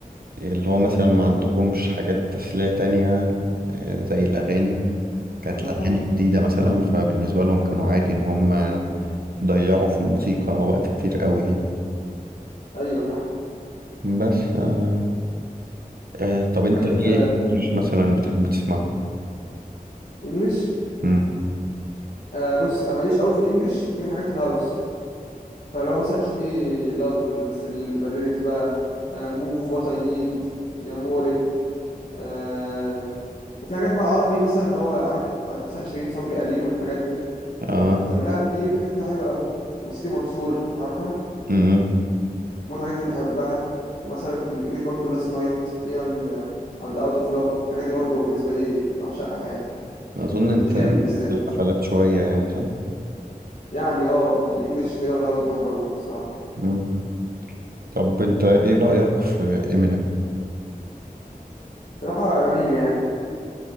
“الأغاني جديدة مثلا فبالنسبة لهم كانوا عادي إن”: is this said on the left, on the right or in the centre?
Right